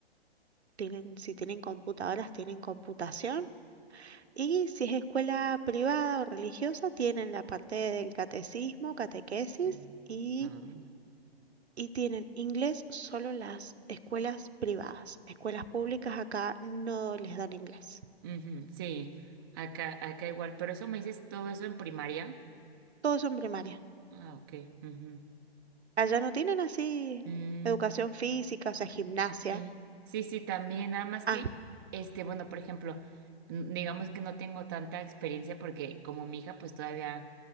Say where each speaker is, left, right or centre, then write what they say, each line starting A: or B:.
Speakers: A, on the right (about 85°); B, on the right (about 20°).
A: tienen, si tienen computadoras, tienen computación. Y si es escuela privada o religiosa, tienen la parte del catecismo, catequesis
B: Mm,
A: y,
B: ah, bueno.
A: y tienen inglés solo las escuelas privadas. Escuelas públicas acá no les dan inglés.
B: Ujú, sí, acá, acá igual, pero eso me dices todo eso en primaria.
A: Todos son primarias.
B: Ah, ok. ujú.
A: Allá no tienen así
B: Mm,
A: educación física, o sea, gimnasia.
B: Sí, sí, sí, también, nada más que,
A: Ah,
B: este, bueno, por ejemplo, n- digamos que no tengo tanta experiencia porque como mi hija pues todavía,